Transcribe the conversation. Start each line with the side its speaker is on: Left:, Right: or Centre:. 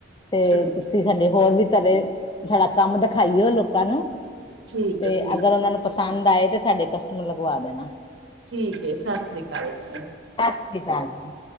Left: ਤੇ
Right: ਠੀਕ
Left: ਤੁਸੀ ਸਾਡੇ ਹੋਰ ਵੀ ਤਰੇ ਸਾਡਾ ਕੰਮ ਦਿਖਾਈਓ ਲੋਕਾਂ ਨੂੰ
Right: ਠੀਕ
Left: ਤੇ
Right: ਹੈ ਠੀਕ
Left: ਅਗਰ
Right: ਹੈ
Left: ਓਹਨਾ ਨੂੰ ਪਸੰਦ ਆਏ ਤੇ ਸਾਡੇ ਕਰ ਲਗਵਾ ਦੇਨਾ
Right: ਠੀਕ ਹੈ ਸਤਿ ਸ੍ਰੀ ਅਕਾਲ ਜੀ
Left: ਸਤਿ ਸ੍ਰੀ ਕਾਲ ਜੀ।